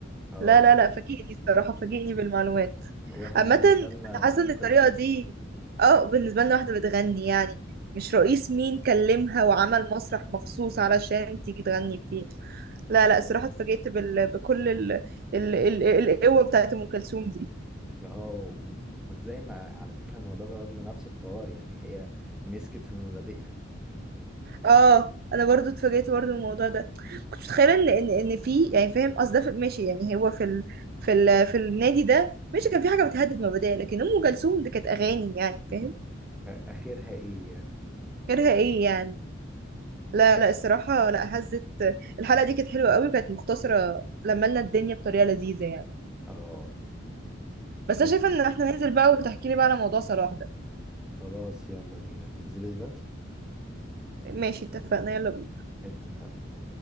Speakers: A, in the centre; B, on the right (about 50°).
A: اه
B: لا لا لا فاجئني الصراحة فاجئني بالمعلومات
A: واحنا
B: عامة
A: بالنسبه
B: أنا
A: لنا دي
B: حاسة
A: ام
B: إن الطريقة
A: كلثوم
B: دي اه بالنسبة لنا واحدة بتغني يعني مش رئيس مين كلمها وعمل مسرح مخصوص علشان تيجي تغني فيه لا
A: اه
B: لا الصراحة اتفاجئت بال... بكل ال... ال... ال... القوة بتاعت أم كلثوم دي
A: اه و- وازاي ما على فكره الموضوع برضه نفس الحوار يعني هي مسكت في مبادئها <laughs>
B: اه انا برضو اتفاجئت برضو من الموضوع ده كنت متخيله ان ان ان في يعني فاهم قصد ده في- ماشي يعني هو في ال... في ال... في النادي ده ماشي كان في حاجه بتهدد مبادئ لكن ام كلثوم دي كانت اغاني يعني فاهم
A: اخرها ايه يعني
B: غيرها ايه يعني لا لا الصراحه لا هزت الحلقه دي كانت حلوه قوي وكانت مختصره لما لنا الدنيا بطريقه لذيذه يعني
A: اه
B: بس
A: طب
B: انا شايفه ان احنا ننزل بقى وتحكي لي بقى على موضوع صلاح ده
A: خلاص يلا بينا تنزلي دلوقتي
B: ماشي اتفقنا يلا بينا
A: اتفقنا